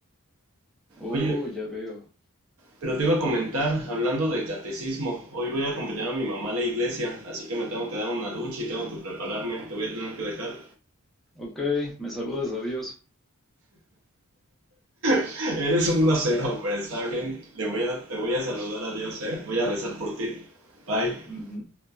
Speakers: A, in the centre; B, on the right (about 70°).
A: Oh,
B: Oye,
A: ya veo.
B: pero te iba a comentar, hablando de catecismo, hoy voy a acompañar a mi mamá a la iglesia, así que me tengo que dar una ducha y tengo que prepararme, te voy a tener que dejar.
A: Ok, me saludas, adiós.
B: <laughs> Eres un grosero, pero está bien, le voy a, te voy a saludar a Dios, ¿eh? Voy a rezar por ti. Bye.
A: dios.